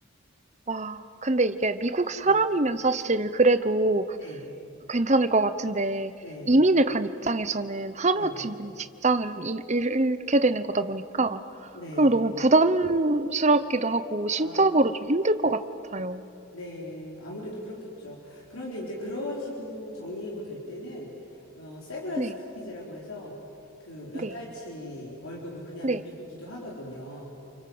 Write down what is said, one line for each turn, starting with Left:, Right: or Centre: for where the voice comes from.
Right: 와. 근데 이게 미국 사람이면
Left: 네.
Right: 사실 그래도
Left: 네.
Right: 괜찮을 것 같은데
Left: 네.
Right: 이민을 간 입장에서는 하루아침에
Left: 네. 네.
Right: 그냥 직장을 잃- 잃게 되는 거다 보니까
Left: 네.
Right: 그럼 너무 부담스럽기도 하고 심적으로
Left: 아,
Right: 좀 힘들 것 같아요.
Left: 네. 아무래도 그렇겠죠. 그런데 이제 그런 식으로 정리해고 될 때는 어, 세브란스
Right: 네,
Left: 패키지라고 해서 그 몇
Right: 네,
Left: 달치 월급을 그냥
Right: 네.
Left: 주기도 하거든요.